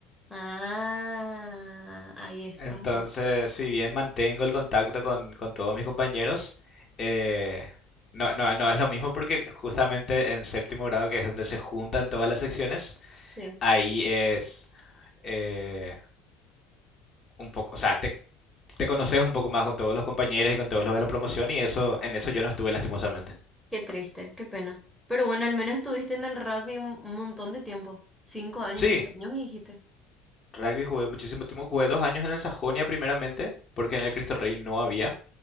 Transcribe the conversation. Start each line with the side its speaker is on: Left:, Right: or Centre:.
Centre: Ah, ahí está,
Left: Entonces,
Centre: pues.
Left: si bien mantengo el contacto con, con todos mis compañeros, eh, no, no, no es lo mismo porque justamente en séptimo grado, que es donde se juntan todas las secciones,
Centre: Sí.
Left: ahí es eh, un poco, o sea, te, te conoces un poco más con todos los compañeros y con todos los de la promoción y eso, en eso yo no estuve lastimosamente.
Centre: Qué triste, qué pena. Pero bueno, al menos estuviste en el rugby un un montón de tiempo. Cinco años,
Left: Sí,
Centre: cuatro años me dijiste.
Left: Rugby jugué muchísimo tiempo, jugué dos años en el Sajonia primeramente, porque en el Cristo Rey no había,